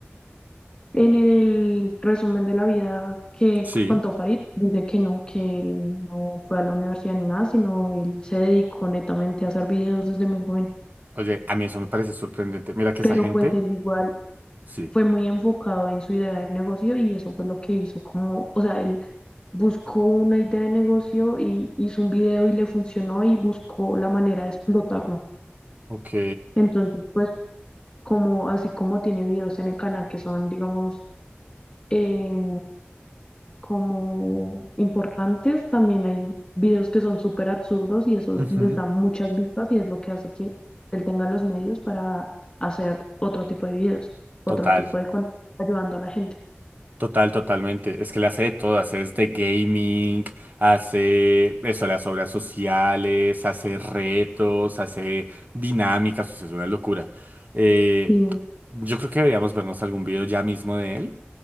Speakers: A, on the left; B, on the right.
A: En el resumen de la vida que
B: sí.
A: contó Farid, dice que no, que él no fue a la universidad ni nada, sino él se dedicó netamente a hacer videos desde muy joven.
B: Oye, a mí eso me parece sorprendente. Mira que
A: Pero
B: esa gente,
A: pues él igual
B: sí.
A: fue muy enfocado en su idea de negocio y eso fue lo que hizo como, o sea, él buscó una idea de negocio y hizo un video y le funcionó y buscó la manera de explotarlo.
B: Ok.
A: Entonces, pues como así como tiene videos en el canal que son, digamos, em, como importantes. También hay videos que son súper absurdos y eso
B: ujú,
A: les da muchas vistas y es lo que hace que él tenga los medios para hacer otro tipo de videos, otro
B: Total,
A: tipo de contenido ayudando a la gente.
B: total, totalmente. Es que le hace de todo, hace desde gaming, hace eso, las obras sociales, hace retos, hace dinámicas, o sea, es una locura. Eh,
A: Sí,
B: yo creo que deberíamos vernos algún video ya mismo de él,